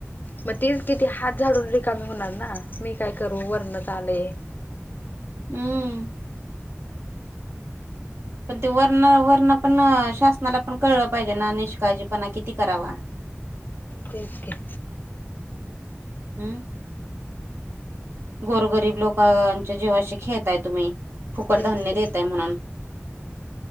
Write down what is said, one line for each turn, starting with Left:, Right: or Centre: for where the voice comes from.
Left: मग तीच किती हात झाडून रिकामी होणार ना मी काय करू वरणत आले
Right: हम्म पण ते वर्ण वरण पण शासनाला पण कळलं पाहिजे ना निष्काळजीपणा किती करावा <inaudible>
Left: तेचक
Right: हम्म गोरगरीब लोकांच्या जीवाशी खेळताय तुम्ही फुकट
Left: तेच
Right: धान्य
Left: की
Right: दताय म्हणून